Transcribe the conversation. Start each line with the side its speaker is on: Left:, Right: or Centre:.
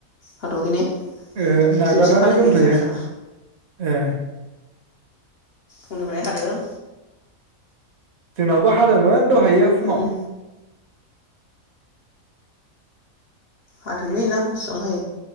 Left: हाथवाखै ने।
Right: ए नागारनानै
Left: जोंनिथिं हादों
Right: दंथयो।
Left: नै फिसा फिसा
Right: ए।
Left: फुंनिफ्राय हादों।
Right: जोंनावबो हादोंमोन दहायो फुङाव।
Left: उम हाथोंलै ना। हायो